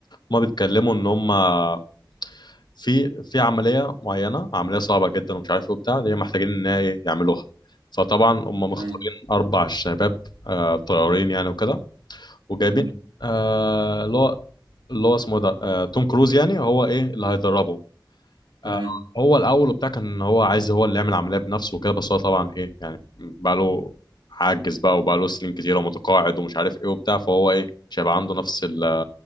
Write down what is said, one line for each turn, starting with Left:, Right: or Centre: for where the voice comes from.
Left: هما بيتكلموا ان هما في في عمليه معينه عمليه صعبه جدا ومش عارف ايه وبتاع دي محتاجين ان هي ايه يعملوها فطبعا هم مختارين
Right: تمام
Left: اربع شباب آه طيارين يعني وكده وجايبين
Right: مم.
Left: آه اللي هو اللي هو اسمه ده آه توم كروز يعني هو ايه اللي هيدربهم
Right: تمام
Left: آه، هو الاول وبتاع كان هو عايز هو اللي يعمل العمليه بنفسه وكده بس هو طبعا ايه يعني بقى له عاجز بقى وبقى له سنين كتيره ومتقاعد ومش عارف ايه وبتاع فهو ايه مش هيبقى عنده نفس ال